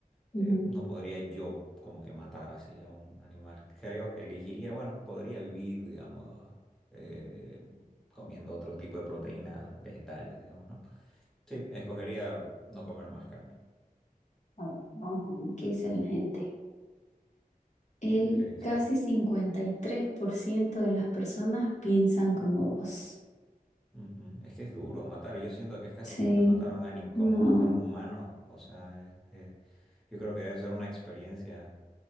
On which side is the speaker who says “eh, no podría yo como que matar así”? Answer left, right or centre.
Centre